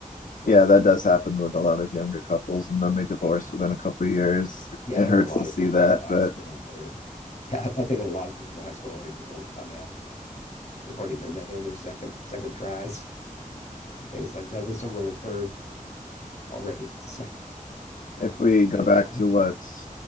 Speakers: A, on the left; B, on the left.
A: Yeah, that
B: So,
A: does happen with a lot of younger couples, and then they divorce within a couple of years. It,
B: yeah,
A: it
B: I know
A: hurts
B: a lot
A: to see
B: of people
A: that,
B: from high
A: but
B: school that are, <laughs> yeah, I I think a lot of people from high school are already divorced by now. They've already been there. They're on their second second tries and things like that. I think some are on the third already. <laughs> So,
A: if we
B: but
A: go
B: uh,
A: back
B: yeah,
A: to what,